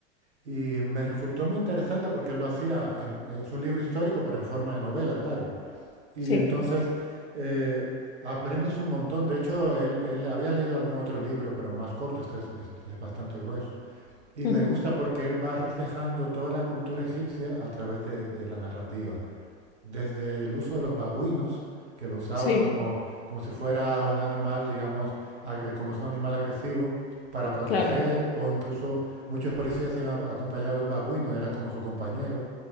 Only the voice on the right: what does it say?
Y me resultó muy interesante porque él lo hacía, en- es un libro histórico, pero en forma de novela, claro. Y
entonces eh, aprendes un montón. De hecho, él, él había leído algún otro libro, pero más corto, este es, este es bastante grueso. Y
me gusta porque él va reflejando toda la cultura egipcia a través de, de la narrativa desde el uso de los babuinos, que lo usaban
como, como si fuera un animal, digamos, agre- como es un animal agresivo, para proteger,
o incluso muchos policías se han acompañado de un babuino, era como su compañero,